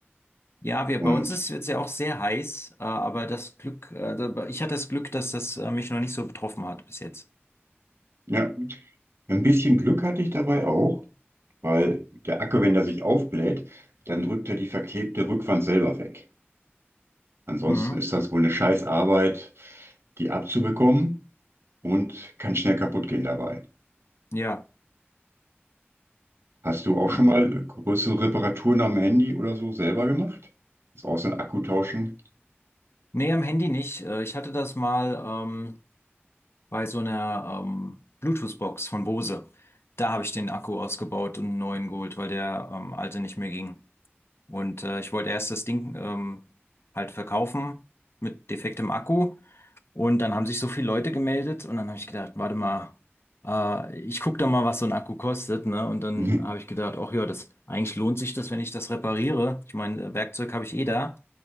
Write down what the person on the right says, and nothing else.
Und
ja, ein bisschen Glück hatte ich dabei auch. weil der Akku, wenn der sich aufbläht, dann drückt er die verklebte Rückwand selber weg. Ansonsten
ist das wohl eine scheiß Arbeit, die abzubekommen und kann schnell kaputt gehen dabei.
Hast du auch
schon mal größere Reparaturen am Handy oder so selber gemacht? Ist auch so ein Akku tauschen.
<laughs>